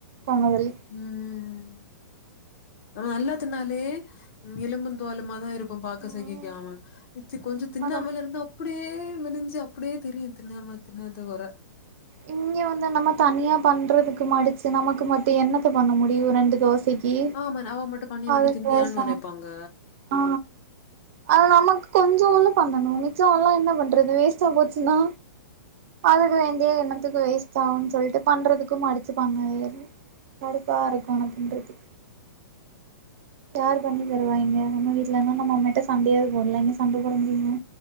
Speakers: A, on the right; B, on the left.
A: போன வெள்ளி
B: ம் நம்ம நல்லதின்னாலே ம் எலும்பு தோலுமாதா இரு ப்போ பாக்க
A: ம்
B: சகிக்காம இச்சி கொஞ்சோ
A: உண்மதா
B: தின்னாமல இருந்து அப்டியே யே மேலிஞ்சு அப்டியே தெரியுது நம்ம தின்னாத கொற
A: இம் இங்கே வந்து நம்ம தனியா பண்றதுக்கு மடிச்சு நமக்கு மத்து எண்ணத்தை பண்ண முடியு ரெண்டு தோசைக் கி
B: ஆமா அவ மட்டும் பண்ணி
A: அது
B: பண்ணி தின்னியான்னு
A: பேச
B: நெனைப்பாங்க.
A: ஆ அத நமக்கு கொஞ்சோபோலு பண்ணணு மிச்சா ஆல்லா என்ன பண்றது வேஸ்டா போச்சினா அதுக்கு என் இதே என்னத்துக்கு வேஸ்ட் ஆவுன் சொல்லிட்டு பண்றதுக்கும் அடிச்சி பண்ண வேரு கடுப்பா இருக்கு ஆனா பின்றதுக்கு யாரு பண்ணி தருவா இங்க நம்ம வீட்ல இருந்தா நம்ம அம்மையிட்டே சண்டயேது போடல இங்க சண்ட போட முடியுமா